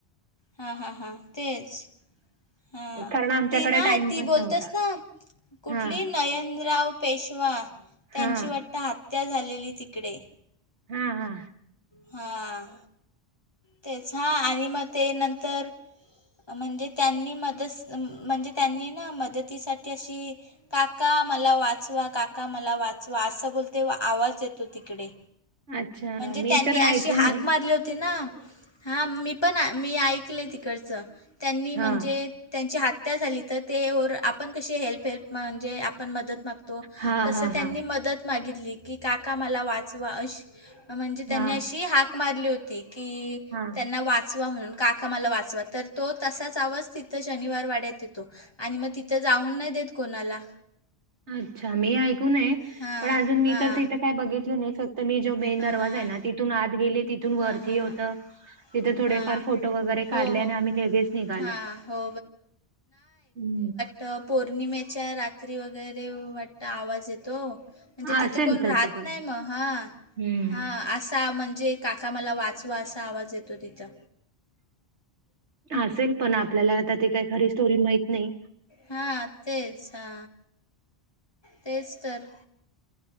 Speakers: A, on the left (about 20°); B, on the right (about 80°).
A: हां हां हां तेचं हां
B: कारण आमच्याकडे
A: ती नाहीं
B: टाईम
A: ती
B: पण
A: बोलतेस
B: नव्हता.
A: नां कुठंली
B: हां,
A: नयनराव पेशवा त्यांची
B: हां,
A: वाटतंत त्यां झालेली तिकडे
B: हां हां
A: हां तेचं हां आणि मंग ते नंतर म्हणजे त्यांनी मंदत म्हणजे त्यांनी नां मदतीसांठी अशी काका मलां वाचवां काका मलां वाचवां असं बोलते आवांज येतो तिकडे
B: अच्छा,
A: म्हणजे
B: मी
A: त्यांनी
B: तर
A: अशी
B: ऐकू
A: हांक
B: नये.
A: मारली होती नां हां मी पणं मी ऐकलं तिकडचं त्यांनी म्हणजे
B: हां,
A: त्यांची हत्यां झाली तरं ते आपणं कशी हेल्प हेल्प म्हणजे आपणं मंदत मागतो तो
B: हां,
A: तसं
B: हां,
A: त्यांनी
B: हां,
A: मंदत मागितली की काका मलां वाचवां अशी म्हणजे
B: हां,
A: त्यांनी अशी हांक मारली होती की
B: हां.
A: त्यांना वाचवां म्हणूंन काका मलां वाचवां तरं तो तसांच आवांज तिथं शनिवार वाड्यांत येतो आणि मग तिथं जाऊन नाही देत कोणाला.
B: अच्छा मी ऐकूनय
A: हां
B: पण अजून मी
A: हां
B: तर तिथ. काय बघितलं नाही फक्त मी जो मेन
A: हां
B: दरवाजा
A: हां
B: आहे ना तिथून आत गेले तिथून वरती
A: हां हां
B: होत.
A: हां हां
B: तिथे थोडेफार
A: हां
B: फोटो वगैरे काढले
A: हो
B: आणि
A: हो
B: आम्ही लगेच निघालो
A: हां हो
B: हम.
A: तर पौर्णिमेच्या रात्री वगैरे वाटतं आवाज येतो. म्हणजे तिथे
B: असेल
A: कोण
B: तसं
A: राहत
B: पण.
A: नाही मग हा
B: हं,
A: हा असा म्हणजे. काका मला वाचवा असा आवाज येतो तिथं.
B: असेल पण आपल्याला आता ते काही खरी स्टोरी माहित नाही.
A: हा तेच हा. तेच तर.